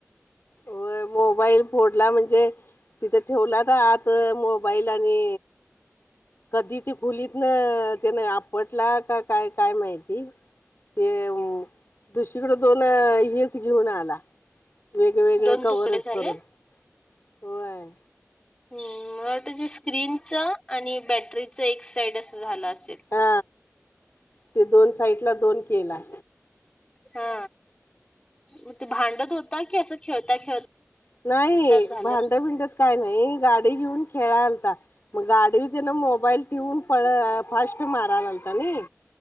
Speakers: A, on the left (about 50°); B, on the left (about 20°).
A: होय मोबाईल फोडला म्हणजे तिथं ठेवला होता आत मोबाईल आणि कधी ती खुलीतन त्यान आपटला का काय काय माहिती. ते दुसरीकडं दोन हेच घेऊन आला. वेगवेगळ
B: दोन
A: कवरच
B: तुकडे झाले
A: करून व्हय.
B: हम्म मला वाटतं ते स्क्रीनच आणि बॅटरीच एक साईड असं झालं असेल
A: हा ते दोन साईडला दोन केला.
B: हा. मग ते भांडत होता, की असं खेळता खेळता
A: नाही
B: झालं.
A: भांड भिंडत काय नाही गाडी घेऊन खेळालता, मग गाडीवर तेन मोबाईल ठेऊन खरं फास्ट मारायलालता नई